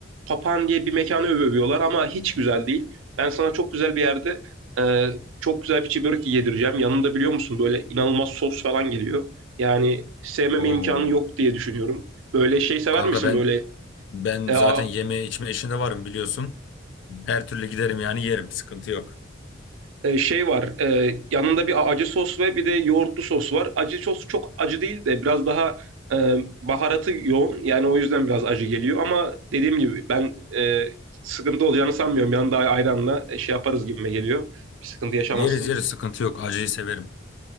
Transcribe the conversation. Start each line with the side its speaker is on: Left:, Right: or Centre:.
Right: Papan diye bir mekanı övüyorlar ama hiç güzel değil. Ben sana çok güzel bir yerde e, çok güzel bir çi börek yedireceğim. Yanında biliyor musun böyle inanılmaz sos falan geliyor. Yani sevmeme
Left: Oo.
Right: imkanı yok diye düşünüyorum. Böyle şey sever
Left: Kanka
Right: misin
Left: ben
Right: böyle
Left: ben
Right: e,
Left: zaten
Right: a-
Left: yeme içme işinde varım biliyorsun. Her türlü giderim yani yerim. Sıkıntı yok.
Right: e, şey var. e, yanında bir acı sos ve bir de yoğurtlu sos var. Acı sos çok acı değil de biraz daha e, baharatı yoğun. Yani o yüzden biraz acı geliyor. Ama dediğim gibi ben e, sıkıntı olacağını sanmıyorum. Yanında ayranla e, şey yaparız gibime geliyor. Bir sıkıntı yaşamazsın.
Left: Yeriz yeriz sıkıntı yok. Acıyı severim.